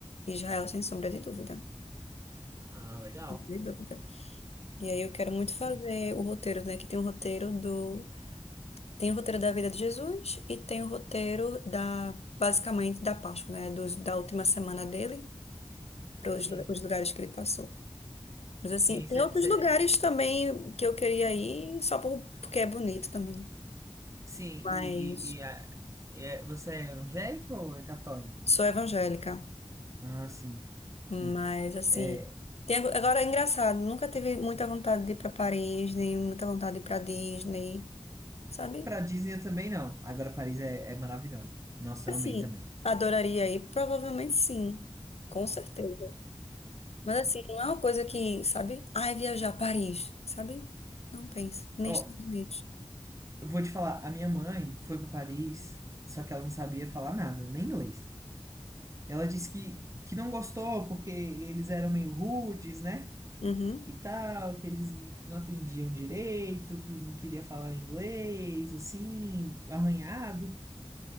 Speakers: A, on the left; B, on the right.
A: Israel sem sombra de dúvida.
B: Ah, legal.
A: De dúvida. E aí eu quero muito
B: Sim,
A: fazer o roteiro, né? Que tem o roteiro do. Tem o roteiro da vida de Jesus e tem o roteiro da, basicamente, da Páscoa, né? Dos, da última semana dele, para
B: sim,
A: os lugares que ele passou. Mas assim,
B: sim,
A: tem
B: cê,
A: outros
B: cê-
A: lugares também que eu queria ir, só por- porque é bonito também.
B: sim. E,
A: Mas
B: e, e, a- e é- você é evangélico ou é católico?
A: sou evangélica.
B: Ah, sim.
A: Mas
B: Sim.
A: assim,
B: É,
A: tem, ag- agora é engraçado, nunca tive muita vontade de ir para Paris, nem muita vontade de ir para Disney, sabe?
B: pra Disney eu também não. Agora Paris é, é maravilhosa. Nossa,
A: Assim,
B: eu amei também.
A: adoraria ir, provavelmente sim, com certeza. Mas assim, não é uma coisa que, sabe? Ai, viajar a Paris, sabe? Não penso, nem
B: Ó,
A: Estados Unidos.
B: eu vou te falar, a minha mãe foi pra Paris, só que ela não sabia falar nada, nem inglês. Ela disse que, que não gostou porque eles eram meio rudes, né?
A: Uhum,
B: E tal, que eles não atendiam direito, que não queria falar inglês, assim, arranhado.